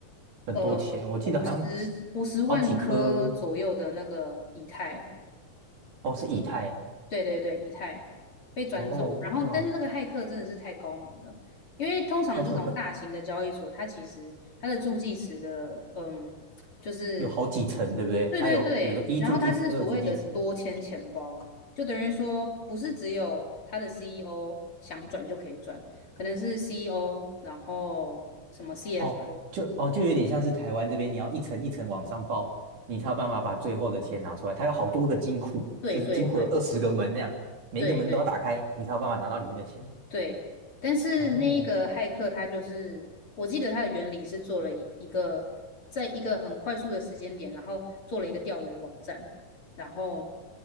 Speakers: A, on the right; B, on the left.
A: 很多钱，
B: 呃
A: 我记得好像几
B: 五十五十万颗左右的那个以太，
A: 好几颗，哦，是以太。
B: 对对对，以太被转走，
A: 哦，
B: 然后但是那个骇客真的是太高明了，
A: 哇，
B: 因为通常这种大型的交易所，
A: 它就很
B: 它其实它的助记词的，嗯，就是
A: 有好几层，对不对？
B: 对对对，
A: 它有比如说一助记词、
B: 然后它是所谓的多签钱包，
A: 二助记词，
B: 就等于说不是只有它的 CEO 想转就可以转，可能是 CEO，然后什么 CFO，
A: 哦，就哦就有点像是台湾这边，你要一层一层往上报，你才有办法把最后的钱拿出来。它有好多个金库，
B: 对对对
A: 就是金库有二十个门这样，每一个门都要打开，
B: 对对，
A: 你才有办法拿到里面的钱。
B: 对，但是那个骇客他就是，
A: 哦，
B: 我记得他的原理是做了一一个，在一个很快速的时间点，然后做了一个钓鱼网站，然后